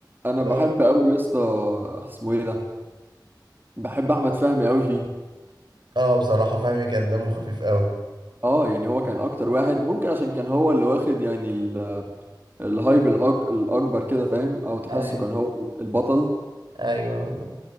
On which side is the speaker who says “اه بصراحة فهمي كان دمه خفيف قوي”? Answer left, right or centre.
Right